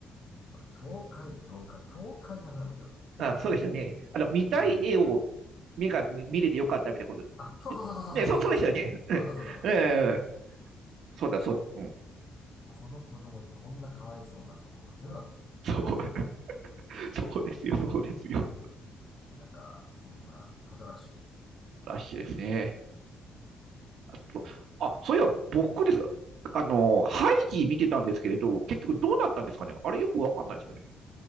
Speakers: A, on the left; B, on the right.
A: また教会で教会、教会なくなるんですよ。これがあかんですね。
B: あ、そうでしたね。あの、見たい絵を
A: 日本人的には。
B: 目が見れてよかったみたいなこと。
A: あ、そうそうそうそうそうそうそうそうそ
B: ね、そう、そうでしたよね。うんえー
A: うそうそうそうそうそうそうそうそう。
B: そうだ、そうだ。うん。
A: この子供にこんなかわいそうなことをさせるなと。
B: そう、そうですよ、そうですよ。
A: なんか、そんな、パトラッシュ。
B: ラッシュですね。あと、あ、そういえば僕ですが、
A: 何が、
B: あの、ハイジ見てたんですけれど、結局どうなったんですかねあれよくわかんないですかね